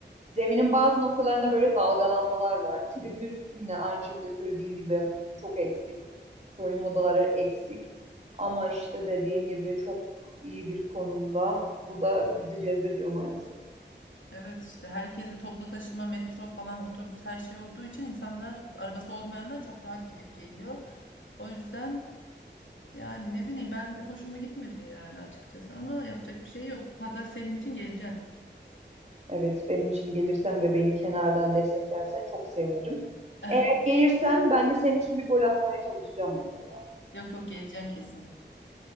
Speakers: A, on the right (about 35°); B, on the left (about 85°).
A: Zeminin bazı noktalarında böyle dalgalanmalar var. Tribün yine aynı şekilde söylediğin gibi çok eksik. Soyunma odaları eksik. Ama işte dediğin gibi çok iyi bir konumda. Bu da bizi cezbediyor maalesef.
B: Evet işte herkese toplu taşıma, metro falan, otobüs her şey olduğu için insanlar arabası olmayanlar çok rahat gidip geliyor. O yüzden yani ne bileyim ben hoşuma gitmedi yani açıkçası ama yapacak bir şey yok. Pazar senin için geleceğim.
A: Evet, benim için gelirsen ve beni kenardan desteklersen çok sevinirim.
B: <laughs>
A: Eğer gelirsen ben de senin için bir gol atmaya çalışacağım mutlaka.
B: Yok yok geleceğim kesin.